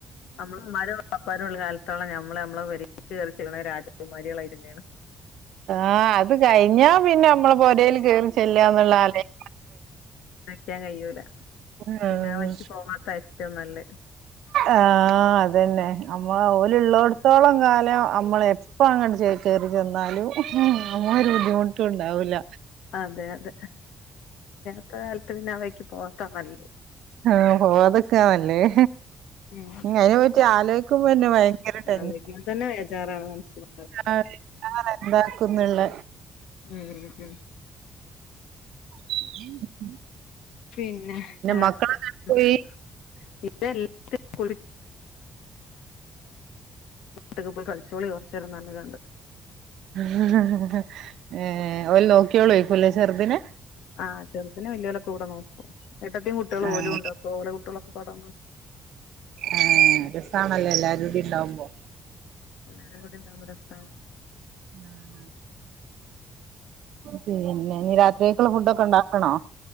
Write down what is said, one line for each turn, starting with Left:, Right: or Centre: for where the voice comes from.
Left: നമ്മള ഇമ്മാരോ ഇപ്പാരും ഉള്ളകാലത്തോളം നമ്മള് നമ്മളെ പെരീക്ക് കേറിചെല്ല്ണ രാജകുമാരികളായി തന്നെയാണ്.
Right: ആ അത് കഴിഞ്ഞാ പിന്നെ നമ്മളെ പൊരൽ കെയറി ചെല്ലന്നുള്ളത് ആലോയ്
Left: യ്ക്കാൻ കഴിയൂല.
Right: ആഹ്
Left: പിന്നെ ആ വഴിക്ക് പോവാത്ത ഏറ്റവും നല്ലത്.
Right: ആഹ് അതെന്നെ. നമ്മൾ ഓല്ള്ളോട് ഇള്ളോത്തോളം കാലം അമ്മൾ എപ്പോം അങ്ങോട്ട് കയറി ചെന്നാലും മം ഒര്ബുദ്ധിമുട്ടുംണ്ടാവുല്ല.
Left: അതെ അതെ <unintelligible> കാലത്ത് പിന്നെ ആ വയ്ക്ക് പോവാത്താ നല്ലത്.
Right: ആ പോവാതെ നിക്കാ നല്ലത്.
Left: ഉം
Right: അയിനെ പറ്റി ആലോയിക്കുമ്പോ ന്നെ ഭയങ്കരടെൻഷ
Left: അല്ലെങ്കി തന്നെ ബേജാറാണ് മനസ്സില്
Right: ആ എന്താക്കുംന്ന്ള്ള
Left: മം മം
Right: ഉം <unintelligible>
Left: പിന്നെ വേറെത്ത
Right: മക്കളൊക്കെ
Left: <unintelligible>
Right: പോയി
Left: <unintelligible> <inaudible> <unintelligible> കളിച്ചോളി കൊറച്ചേരം പറഞ് കാണ്ട്.
Right: മം മംഹ് എ ഓല് നോക്കിയോളെക്കുംലെ ചെറ്തിനെ
Left: ആ ചെറ്തിനെ വല്ല്യോലോക്കെ കൂടെ നോക്കും. ഏട്ടത്തിമം കുട്ട്യോളും
Right: ആഹ്
Left: ഓലുംണ്ട്. അപ്പോ ഓലെ കുട്ട്യോള്ളൊക്കപാടെ
Right: ആഹ് രസാണല്ലേ എല്ലാരൂടിം ഇണ്ടാവുമ്പോ.
Left: എല്ലാരും കൂടിണ്ടാവുമ്പോ രസാ.
Right: ആ <inaudible> പിന്നെ ഇഞ് രാത്രിയേക്കുള്ള ഫുഡ് ഒക്കെ ഇണ്ടാക്കണോ?